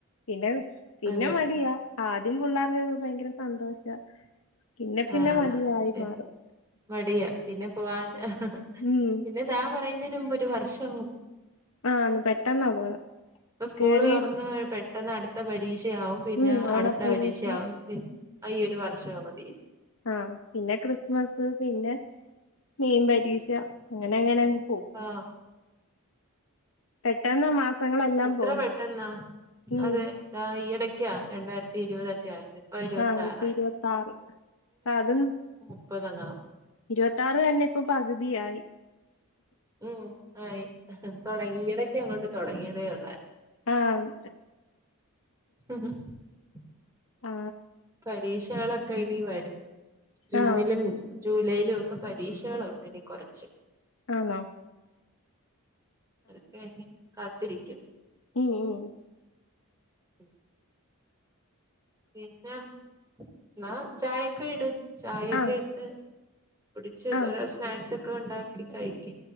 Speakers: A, on the left; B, on the right.
A: പിന്ന പിന്നെ
B: അതെ
A: മടിയാ ആദ്യം പിള്ളേർക്കൊക്കെ ഭയങ്കര സന്തോഷ പിന്നെ
B: ആ
A: പിന്നെ
B: എന്നാ
A: മടിയായി
B: ശരി
A: മാറും
B: മടിയാ പിന്നെ പോവാൻ <unintelligible>
A: ഉം
B: പിന്നെ ദാ പറയുന്നതിന് മുമ്പ് ഒരു വർഷ ആ
A: ആന്ന് പെട്ടെന്നാ പോണെ
B: ഇപ്പൊ സ്കൂള്
A: കേറി
B: തുറന്ന പെട്ടെന്ന് അടുത്ത പരീക്ഷയാവും പിന്നെ
A: ഉം ഓണപ്പരീക്ഷ
B: അടുത്ത പരീക്ഷയാവും പി ആ ഈ ഒരു വർഷം അങ്ങ് തീരും
A: ആ പിന്നെ ക്രിസ്മസ് പിന്നെ മെയിൻ പരീക്ഷ അങ്ങനെ അങ്ങനെങ്ങ്
B: ആ
A: പെട്ടെന്ന് മാസങ്ങളെല്ലാം
B: എത്ര
A: പോകുന്നത്
B: പെട്ടെന്നാ
A: ഉം
B: അതെ ഇതാ ഈയിടക്കാ രണ്ടായിര ത്തി ഇരുപതൊക്കെ ആയത് ഇപ്പൊ ഇരുപത്തി
A: ആ ഇപ്പൊ
B: ആറായി
A: ഇരുപത്താറ് ഇപ്പൊ അത്
B: ഇപ്പൊതന്നാവും
A: ഇരുപത്തിയാറ് തന്നെ ഇപ്പൊ പകുതിയായി
B: ഉം ആയി തുടങ്ങി ഈയിടക്ക് അങ്ങോട്ട് തുടങ്ങിയതേയോള്ളായി
A: ആഹ്
B: <unintelligible>
A: ആ
B: പരീക്ഷകളൊക്കെ ഇനി വര് <inaudible> ജൂണിലും
A: ആഹ്
B: ജൂലൈയിലും ഒക്കെ പരീക്ഷകളുണ്ട് ഇനി കൊറച്ച്
A: ആന്നോ
B: അതൊക്കെ ഇനി കാ ത്തിരിക്കും
A: ഉം ഉം
B: <unintelligible> പിന്നെന്നാ ചായൊക്കെ ഇട് ചായൊക്കെ
A: ആഹ്
B: ഇട്ട് കുടിച്ച്
A: ആഹ്
B: ഓരോ സ്നാക്സ് ഒക്കേ ഉണ്ടാക്കി കഴിക്ക്